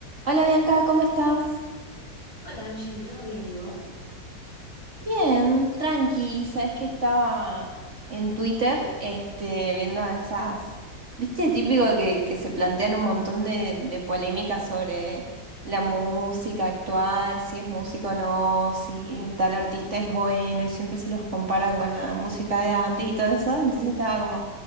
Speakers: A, on the right; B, on the left.
A: Hola Bianca, ¿cómo estás?
B: Hola Angie, ¿todo bien y vos?
A: Bien, tranqui, sabes que estaba en Twitter, este, viendo esas, viste, típico que, que se plantean un montón de, de polémicas sobre la música actual, si es música o no, si tal artista es bueno, y siempre se los comparan con la música de antes y todo eso, entonces estaba como